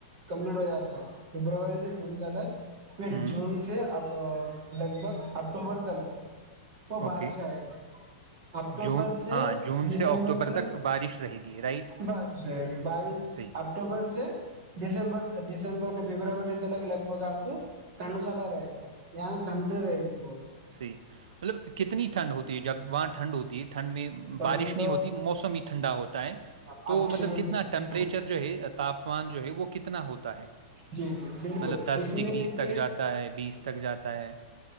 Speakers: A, on the right (about 45°); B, on the right (about 85°).
A: کمپلیٹ ہو جاتا فبروری سے جون تلک پھر
B: ہوں
A: جون سے اب ا لگ بھگ اکٹوبر تلک <unintelligible> وہ
B: اوکے
A: بارش آئے گا <unintelligible> اکٹوبر
B: جون
A: سے
B: ہاں جون
A: دسمبر
B: سے اکتوبر
A: تلک
B: تک بارش رہے گی رائٹ
A: بائیس ت بائیس
B: صحیح
A: اکٹوبر سے دسمبر ت ڈسمبر دمبر نے فبروری تلک لگ بھگ آپ کو ٹنخ ل رہے گا <unintelligible> اں دنڈ رہ ب
B: سی مطلب کتنی ٹھنڈ ہوتی ہے جب وہاںٹ ٹھنڈ ہوتی ہے ٹھنڈ میں
A: ٹھنڈ
B: بارش نہیں ہوتی موسم ہی ٹھنڈا ہوتا ہے
A: ایبسلوٹلی
B: تو مطلب کتنا ٹیمپریچر جو ہے تاپمان جو ہے وہ کتنا ہوتا ہے
A: جی جی بالکل
B: مطلب دس
A: اس میں
B: ڈگریز
A: دیکھیے
B: تک جاتا ہے بیس تک جاتا ہے